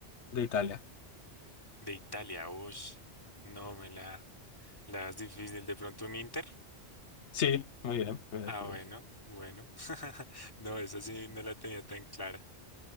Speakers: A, on the left (about 75°); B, on the left (about 20°).
A: de Italia.
B: De Italia. Uy, no, me la, la das difícil. ¿De pronto un Inter?
A: Sí, muy bien, muy bien,
B: Ah,
A: muy
B: bueno,
A: bien.
B: bueno. <laughs> No, esa sí no la tenía tan clara.